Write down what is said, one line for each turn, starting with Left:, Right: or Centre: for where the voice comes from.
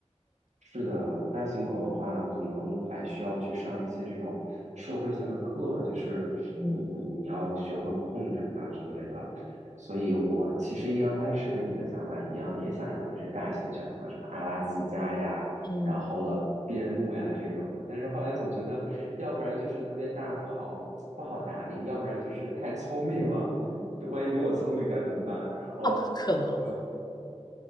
Right: 是的，大型狗的话，可能还需要去上一些这种社会性的课，就是你你你要学会控制它之类的。
Left: 嗯
Right: 所以我其实一刚开始跟你的想法一样，也想养一只大型犬，像什么阿拉斯加呀，
Left: 嗯，
Right: 然后了边牧呀这种的。但是后来总觉得，要不然就是特别大不好不好打理，要不然就是太聪明了，<laughs> 万一比我聪明该怎么办？然后。
Left: 那不可能，
Right: 呃